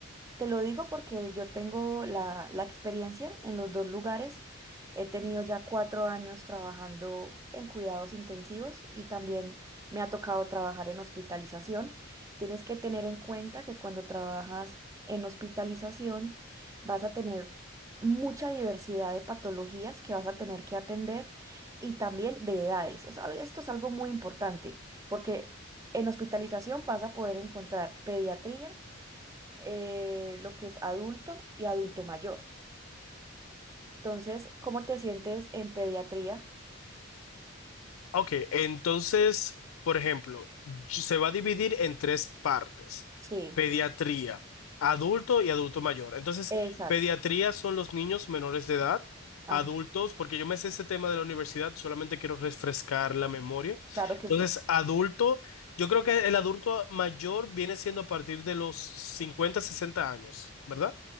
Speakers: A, on the right; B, on the left.
A: Te lo digo porque yo tengo la, la experiencia en los dos lugares. He tenido ya cuatro años trabajando en cuidados intensivos y también me ha tocado trabajar en hospitalización. Tienes que tener en cuenta que cuando trabajas en hospitalización vas a tener mucha diversidad de patologías que vas a tener que atender y también de edades. Es al- esto es algo muy importante porque en hospitalización vas a poder encontrar pediatría eh, lo que es adulto y adulto mayor. Entonces, ¿cómo te sientes en pediatría?
B: Ok, entonces, por ejemplo, y- se va a dividir en tres partes.
A: Sí,
B: Pediatría, adulto y adulto mayor. Entonces,
A: exacto.
B: pediatría son los niños menores de edad,
A: Ajá,
B: adultos, porque yo me sé ese tema de la universidad, solamente quiero refrescar la memoria.
A: claro que
B: Entonces,
A: sí.
B: adulto, yo creo que el adulto mayor viene siendo a partir de los 50, 60 años, ¿verdad?